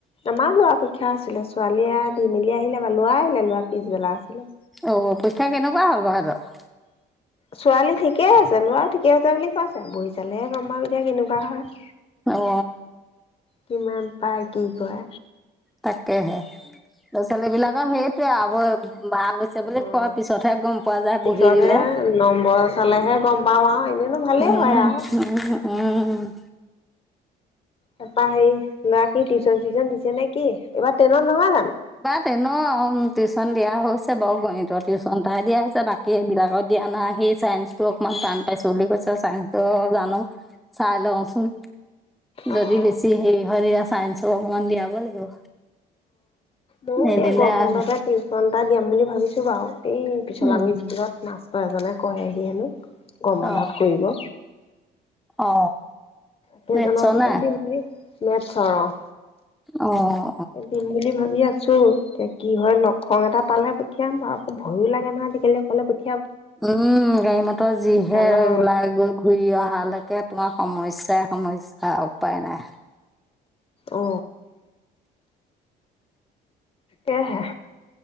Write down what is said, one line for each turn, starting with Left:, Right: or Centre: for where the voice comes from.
Left: আমাৰো ল'ৰা পৰীক্ষা আছিলে ছোৱালীয়ে দি মেলি আহিলে বাৰু ল'ৰা আহিলে ল'ৰা পিছবেলা আছিলে।
Centre: অ', পৰীক্ষা কেনেকুৱা হ'ল বাৰু সিহঁতৰ।
Left: ছোৱালী ঠিকে আছে ল'ৰাও ঠিকে আছে বুলি কৈছে বহী চালেহে গম পাম এতিয়া কেনেকুৱা হয়।
Centre: অ
Left: কিমান পায় কি কৰে।
Centre: তাকেহে। ল'ৰা ছোৱ বিলাক সেইটোৱে আৰু <unintelligible> ভাল হৈছে বুলি
Left: অ', অ',
Centre: কোৱাৰ পিছতহে গম পোৱা যায়
Left: পিছতহে
Centre: বহি দিলে।
Left: নম্বৰ চালেহে গম পাওঁ আৰু এনেইনো ভালেই
Centre: উম
Left: হয় আৰু।
Centre: উম উম।
Left: তাৰপা হেৰি, ল'ৰাক কি টিউচন চিউচন দিছে নেকি? এইবাৰ টেনত নহয় জানো?
Centre: টেন অহ, টিউশচন দিয়া হৈছে বাৰু গণিতৰ টিউচন এটাই দিয়া হৈছে তাকে বাকী বিলাকত দিয়া নাই সি চাইন্সটো অকনমান টান পাইছো বুলি কৈছে চাইন্সটো জানো চাই লওঁচোন।
Left: অ',
Centre: যদি বেছি হেৰি হয় দিয়া চাইন্সৰ অকমান দিয়াবো লাগিব।
Left: মইয়ো
Centre: নিদিলে
Left: এই গৰম বন্ধতে
Centre: আৰু
Left: টিউচন এটা দিয়াম বুলি ভাবিছোঁ বাৰু। এই পিশলাগুৰি
Centre: উম
Left: স্কুলত মা ষ্টৰ এজনে কৰেহি হেনো। গৰম বন্ধত
Centre: অ
Left: কৰিব।
Centre: অ
Left: সেইজনৰ
Centre: মেটছৰ
Left: ওচৰতে
Centre: নাই
Left: দিম বুলি, মেটছ'ৰ অ'।
Centre: অহ।
Left: তাত দিম বুলি ভাবি আ ছো, এতিয়া কি হয় লগ খং এটা পালে পঠিয়াম আৰু আকৌ ভয়ো লাগে নহয় আজিকালি অকলে পঠি
Centre: উম গাড়ী মটৰ যিহে,
Left: কালৰ
Centre: ওলাই গৈ ঘূৰি অহালৈকে তোমাৰ সমস্যা স্যা সমস্যা উপায় নাই।
Left: অ। কেহে।